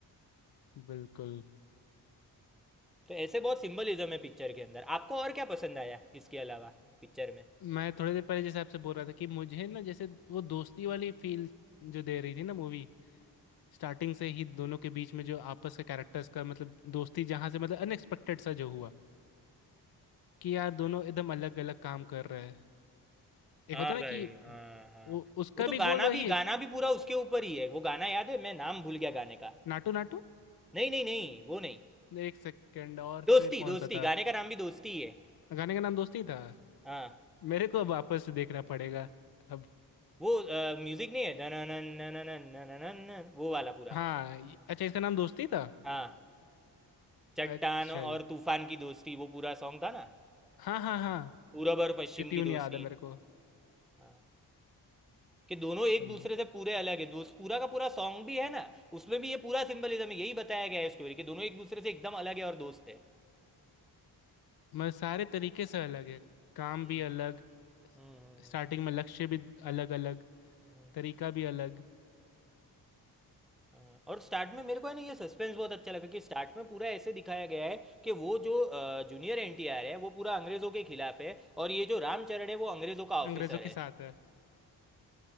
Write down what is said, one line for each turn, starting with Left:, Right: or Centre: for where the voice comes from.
Left: बिल्कुल
Centre: तो ऐसे बहुत सिंबलिज्म है पिक्चर के अंदर आपको और क्या पसंद आया इसके अलावा पिक्चर में
Left: मैं थोड़ी देर पहले जैसे आपसे बोल रहा था कि मुझे ना जैसे वो दोस्ती वाली फील जो दे रही थी ना मूवी स्टार्टिंग से ही दोनों के बीच में जो आपस के कैरेक्टर्स का मतलब दोस्ती जहाँ से मतलब अनएक्सपेक्टेड सा जो हुआ कि यार दोनों एकदम अलग अलग काम कर रहे हैं एक
Centre: हाँ
Left: होता ना
Centre: भाई
Left: कि
Centre: हाँ हाँ
Left: वो उसका
Centre: वो तो
Left: भी
Centre: गाना
Left: गोल वही
Centre: भी गाना
Left: है कि-
Centre: भी पूरा उसके ऊपर ही है वो गाना याद है मैं नाम भूल गया गाने का
Left: नाटू नाटू
Centre: नहीं नहीं नहीं वो नहीं
Left: एक सेकंड और
Centre: दोस्ती
Left: फिर
Centre: दोस्ती
Left: कौन सा था
Centre: गाने का नाम भी दोस्ती ही है
Left: गाने का नाम दोस्ती था
Centre: हाँ
Left: मेरे को अब वापस देखना पड़ेगा अब
Centre: वो म्यूजिक नहीं है दननन, नननन, नननन, वो वाला पूरा
Left: हाँ ये- अच्छा इसका नाम दोस्ती था
Centre: हाँ चट्टान
Left: अच्छा
Centre: और तूफान की दोस्ती वो पूरा सॉन्ग था ना
Left: हाँ हाँ हाँ
Centre: पूरब और पश्चिम
Left: ये ट्यून
Centre: की दोस्ती
Left: याद है मेरे को
Centre: हाँ कि दोनों एक
Left: समझे
Centre: दूसरे से पूरे अलग है दोस्त पूरा का पूरा सॉन्ग भी है ना उसमें भी ये पूरा सिंबलिज्म है यही बताया गया है स्टोरी कि दोनों एक दूसरे से एकदम अलग है और दोस्त है
Left: मैं सारे तरीके से अलग है काम
Centre: हम्म
Left: भी अलग
Centre: हम्म,
Left: स्टार्टिंग में लक्ष्य भी अलग अलग
Centre: हम्म, हम्म,
Left: तरीका भी अलग
Centre: हाँ, और स्टार्ट में मेरे को है ना ये सस्पेंस बहुत अच्छा लगा कि स्टार्ट में पूरा ऐसे दिखाया गया है कि वो जो जूनियर एनटीआर है वो पूरा अंग्रेज़ों के खिलाफ है और ये जो रामचरण है वो अंग्रेज़ों का ऑफिसर
Left: अंग्रेजों के
Centre: है
Left: साथ है